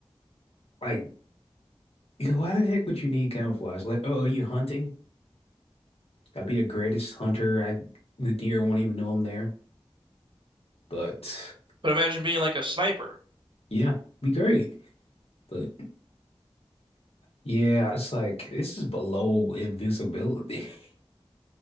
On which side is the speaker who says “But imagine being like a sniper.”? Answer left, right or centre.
Right